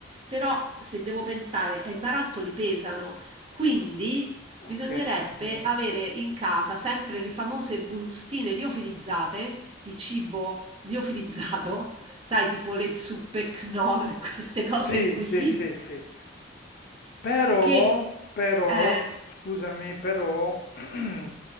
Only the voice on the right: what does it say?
Però se devo pensare, eh, i barattoli pesano, quindi
Bisognerebbe avere in casa sempre le famose bustine liofilizzate di cibo liofilizzato, <laughs> sai, tipo le zuppe Knorr, <laughs> queste
cose qui,
che...
eh,